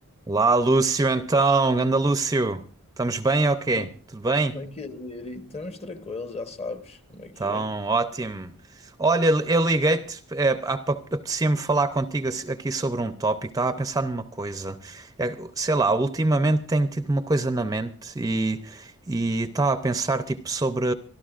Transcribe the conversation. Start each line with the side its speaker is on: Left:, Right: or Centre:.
Right: Olá, Lúcio, então, ganda Lúcio, estamos bem ou quê?
Left: Como é
Right: Tudo bem?
Left: como é que é ele? Então, uns tranquilos, já sabes como é que
Right: Então,
Left: é.
Right: ótimo. Olha, eu liguei-te, é, ap- apetecia-me falar contigo ass- aqui sobre um tópico, estava a pensar numa coisa. É, sei lá, ultimamente tenho tido uma coisa na mente e e estava a pensar tipo sobre,